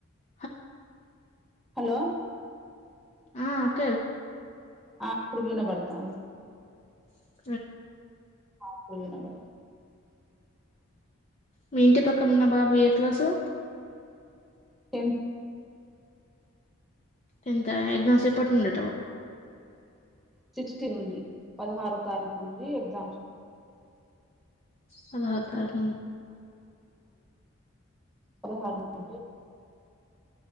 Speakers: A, on the left; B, in the centre.
A: హలో
B: హలో
A: ఆ అక్క వినబడట్లే
B: ఆ ఇప్పుడు వినబడతాంది
A: వినబడుతుందా
B: ఆప్పులు వినబడు
A: మీ ఇంటి పక్కనన్న బాబు ఏ క్లాసు
B: టెంతు
A: టెన్త్ ఎగ్జామ్స్ ఎప్పటి ఉండట బాబుకు
B: సిక్స్టీ నుండి పదహారో తారీఖు నుండి ఎగ్జామ్స్ ఉంది
A: పదహారో తారీఖు నున్నయ
B: పదహారుంటడి అంట